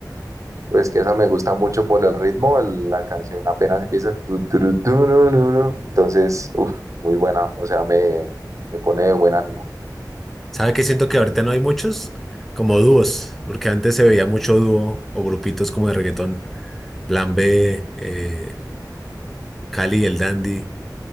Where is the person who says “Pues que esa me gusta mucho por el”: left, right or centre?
Right